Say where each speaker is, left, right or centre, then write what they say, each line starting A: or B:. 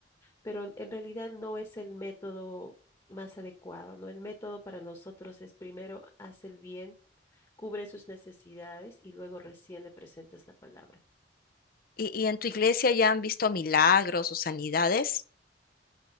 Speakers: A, on the left; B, on the left.
A: Pero en realidad no es el método más adecuado, ¿no? El método para nosotros es primero haz el bien cubre sus necesidades y luego recién le presentas la palabra.
B: ¿Y, y en tu iglesia ya han visto milagros o sanidades?